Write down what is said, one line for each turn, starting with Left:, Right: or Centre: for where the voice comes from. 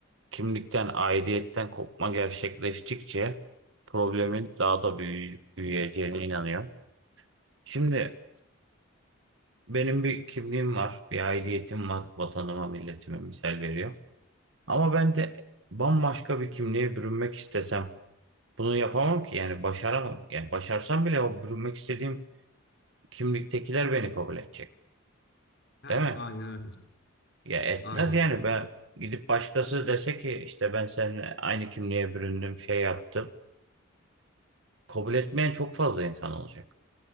Right: kimlikten, aidiyetten kopma gerçekleştikçe problemin daha da büyü büyüyeceğine inanıyorum. Şimdi benim bir kimliğim var, bir aidiyetim var, vatanıma, milletime misal veriyor. Ama ben de bambaşka bir kimliğe bürünmek istesem bunu yapamam ki yani başaramam. Yani başarsam bile o bürünmek istediğim kimliktekiler beni kabul edecek.
Left: Heh,
Right: Değil mi?
Left: aynen öyle.
Right: Ya etmez
Left: Aynen
Right: yani
Left: öyle.
Right: ben gidip başkası dese ki işte ben seninle aynı kimliğe büründüm şey yaptım. Kabul etmeyen çok fazla insan olacak.